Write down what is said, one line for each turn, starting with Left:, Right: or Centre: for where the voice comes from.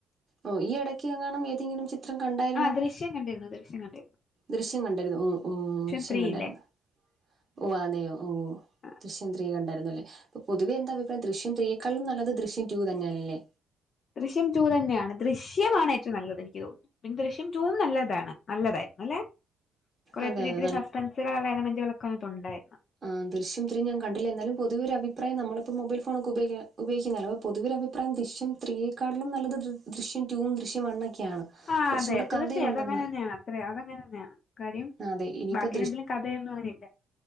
Right: ഓ ഈ ഇടയ്ക്ക് എങ്ങണം ഏതെങ്കിലും ചി ത്രം കണ്ടായിരുന്നോ
Left: ആ ദൃശ്യം കണ്ടിരുന്നു ദൃശ്യം കണ്ടിരുന്നു
Right: ദൃശ്യം കണ്ടായിരുന്നു ഓ ഓ ദൃശ്യം
Left: ത്രീ
Right: കണ്ടായിരുന്ന
Left: ഇല്ലേ
Right: ഓഹ് അതെയോ ഓ
Left: ആ
Right: ദൃശ്യൻത്രീയ കണ്ടായിരുന്നല്ലേ അപ്പൊതുവെ എന്ത അഭിപ്രം ദൃശ്യൻത്രീയെക്കളും നല്ല ദൃശ്യ ടു തന്നെയണല്ലേ
Left: ദൃശ്യം ടു തന്നെയാണ് ദൃശ്യമാണ് ഏറ്റവും നല്ലത് എനിക്ക് തോന്നുന്നു പിന്നെ ദൃശ്യം ടു നല്ലതാണ് നല്ലതായിരുന്നു അല്ലെ കുറെ
Right: അതെ
Left: ഒത്തിരി
Right: അതെ
Left: ഒത്തിരി സസ്പെൻസുകൾള്ള എലമെന്റുകളൊക്കെ അതിനാതൊണ്ടായിരുന്നു
Right: ആഹ് ദൃശ്യം ത്രീ ഞാൻ കണ്ടില്ലാ എന്നലും പൊതുവൊ ഒരുഭിപ്രായം നമ്മളപ്പോ മൊബൈൽ ഫോണ്ക്കെ ഉപ ഉപയൊഗി ഉപയൊകിക്കല്ലോ പൊതുവെ അഭിപ്രായം ദൃശ്യ ത്രിയെ ക്കാളിലും നല്ലത് ദൃശ്യം ടുവും ദൃശ്യം വണ്ണൊക്കെയാണ്
Left: ആഹ്
Right: കുറച്ചും
Left: അതെ
Right: കൂടെ
Left: തീർച്ചയായ
Right: കഥയുണ്ടെന്ന്
Left: അത് അങ്ങനെ തന്നെയാണ് അത്രയാ അത അങ്ങനെ തന്നെയാണ് കാര്യം
Right: ആ, അതെ ഇനിയിപ്പോ
Left: ബാക്കി എണ്ണത്തിലും കഥയൊന്നും അവനില്ല